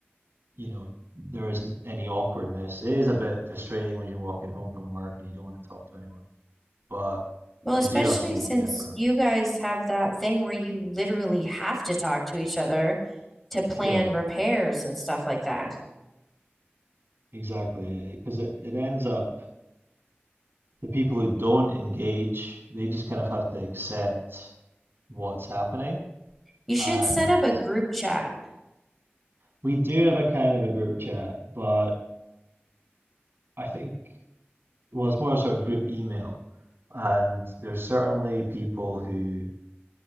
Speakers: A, on the right (about 60°); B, in the centre.
A: you know there isn't any awkwardness. It is a bit frustrating when you're walking home from work and you don't want to talk to anyone, but
B: Well,
A: you
B: especially
A: do have to make
B: since
A: the effort.
B: you guys have that thing where you literally have to talk to each other to plan
A: Sure,
B: repairs and stuff like that.
A: exactly, because it, it ends up the people who don't engage, they just kind of have to accept what's happening.
B: You should
A: And
B: set up a group chat.
A: we do have a kind of a group chat, but I think, well, it's more a sort of group email. And there's certainly people who,